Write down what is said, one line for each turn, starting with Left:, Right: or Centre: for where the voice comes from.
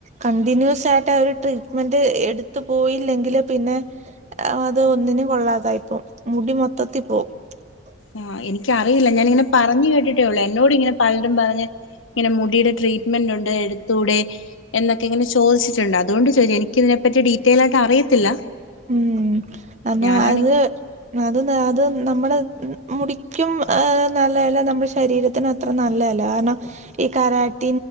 Right: കണ്ടിന്യൂസ് ആയിട്ട് ആ ഒരു ട്രീറ്റ്മെന്റ്. എടുത്തു പോയില്ലെങ്കില് പിന്നെ അത് ഒന്നിനും കൊള്ളാതായി പോവും മുടി മൊത്തത്തിൽ പോ ഓ <unintelligible>
Left: ആഹ്, എനിക്കറിയില്ല. ഞാാനിങ്ങനെ പറഞ്ഞ് കേട്ടിട്ടേള്ളു എന്നോട് ഇങ്ങനെ പലരും പറഞ്ഞ്. ഇങ്ങനെ മുടിയുടെ ട്രീറ്റ്മെന്റ് ഉണ്ട് എടുത്തൂടെ. എന്നൊക്കെ ഇങ്ങനെ ചോദിച്ചിട്ടുണ്ട്. അുകൊണ്ട് ചോദിച്ചത്. എനിക്കിതിനെപ്പറ്റി ഡീറ്റെയിലായിട്ട് അറിയത്തില്ല.
Right: ഉം.. അത്
Left: ഞാനാണെങ്കി
Right: അത് അത് നമ്മുടെ, മുടിക്കും നല്ലതല്ല. നമ്മുടെ ശരീരത്തിനും അത്ര നല്ലതല്ല കാരണം. ഈ കാലര